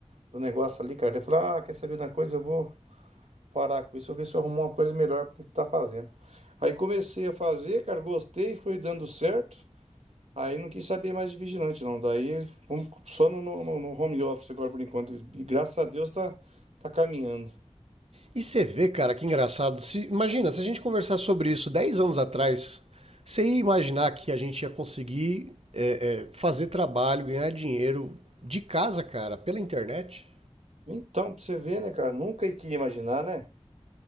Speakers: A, on the right; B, on the right.
A: do negócio ali, cara. Ele fala, ah, quer saber de uma coisa? Eu vou parar com isso, eu vou ver se eu arrumo uma coisa melhor pra estar fazendo. Aí comecei a fazer, cara, gostei, foi dando certo. Aí não quis saber mais de vigilante, não. Daí vamos só no, no- no- no home office agora por enquanto. E graças a Deus tá, tá caminhando.
B: E você vê, cara, que engraçado. Se, imagina, se a gente conversar sobre isso 10 anos atrás, você ia imaginar que a gente ia conseguir é, é, fazer trabalho, ganhar dinheiro de casa, cara, pela internet?
A: Então, pra você ver, né, cara? Nunca que ia imaginar, né?